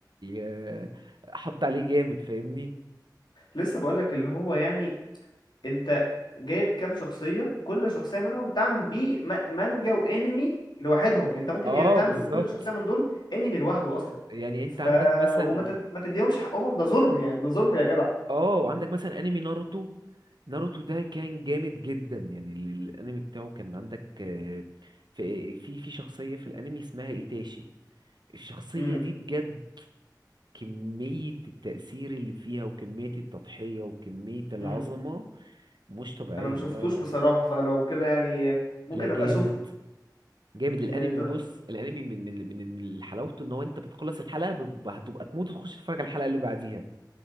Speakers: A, on the right (about 75°); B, on the left (about 80°).
A: آه، حط عليه جامد فاهمني
B: لسه بقولك اللي هو يعني انت جايب كام شخصية كل شخصية منهم تعمل بيه م- مانجا وانمي لوحدهم انت ممكن
A: اه
B: يعني تعمل
A: بالظبط
B: كل شخصية من دول انمي لوحده اصلا
A: يعني انت
B: ف
A: عندك مثلا
B: وما تد... ما تديهمش حقهم ده ظلم يعني ده ظلم يا جدع
A: اه عندك مثلا انمي ناروتو ناروتو ده كان جامد جدا يعني ال- الانمي بتاعه كان عندك آه، في في في شخصيه في الانمي اسمها ايتاشي الشخصية
B: امم
A: دي بجد كمية التأثير اللي فيها وكمية التضحية وكمية العظمة
B: امم
A: مش طبيعية
B: انا ما شفتوش
A: لا لا
B: بصراحة فلو كده يعني ممكن
A: لا جامد
B: ابقى اشوفه
A: جامد الانمي
B: يعني ط...
A: بص الانمي من من من من حلاوته ان هو انت بتخلص الحلقة ب- هتبقى تموت وتخش تتفرج على الحلقة اللي بعديها